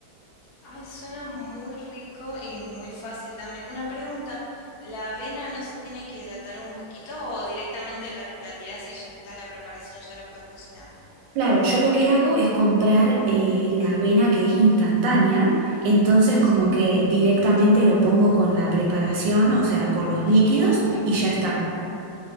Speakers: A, on the left (about 65°); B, on the right (about 75°).
A: Ay, suena muy rico y muy fácil también. Una pregunta, ¿la avena no se tiene que hidratar un poquito o directamente la, la tirás y ya está la preparación, ya la puedes cocinar?
B: Claro, yo lo que hago es comprar eh, la avena que es instantánea, entonces
A: Sí.
B: como que directamente lo pongo con la preparación, o sea, con los líquidos y ya está.